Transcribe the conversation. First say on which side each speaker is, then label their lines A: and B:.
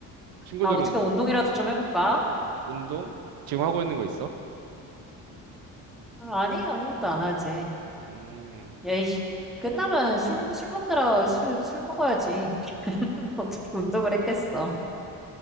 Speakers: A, on the right (about 65°); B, in the centre.
A: 친구들은
B: 아, 어떻게 운동이라도 좀 해볼까?
A: 운동 지금 하고 있는 거 있어?
B: 아, 아니, 아무것도 안 하지.
A: 음,
B: 야, 이, 끝나면 술, 술 먹느라 술, 술 먹어야지. <laughs> 어떻게 운동을 했겠어.